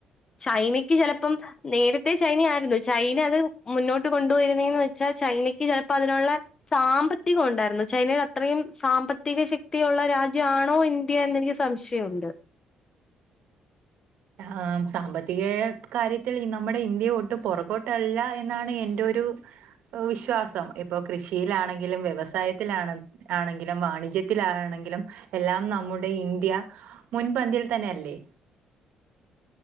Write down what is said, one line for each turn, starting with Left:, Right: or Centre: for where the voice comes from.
Left: ചൈനക്ക് ചെലപ്പം നേരെ ത്തെ ചൈന ആയിരുന്നു ചൈന അത് മുന്നോട്ട് കൊണ്ടുപോയിരുന്നേന്നു വെച്ചാ ചൈനയ്ക്ക് ചെലപ്പോ അതിനുള്ള സാമ്പത്തികം ഉണ്ട രുന്നു ചൈനയുടെ അത്രയും സാമ്പത്തിക ശക്തിയുള്ള രാജ്യാണോ ഇന്ത്യന്ന് എനിക്ക് സംശയൊണ്ട്
Right: ആ സാമ്പത്തികെ കാര്യത്തിൽ ഈ നമ്മുടെ ഇന്ത്യ ഒട്ട് പുറകോട്ടല്ല എന്നാണ് എന്റെ ഒരു വിശ്വാസം ഇപ്പൊ കൃഷിയിലാണെങ്കിലും വ്യവസായത്തിലാണ ണെങ്കിലും വാണിജ്യത്തിലാണെങ്കിലും എല്ലാം നമ്മുടെ ഇന്ത്യ മുൻപന്തിയിൽ തന്നെ അല്ലേ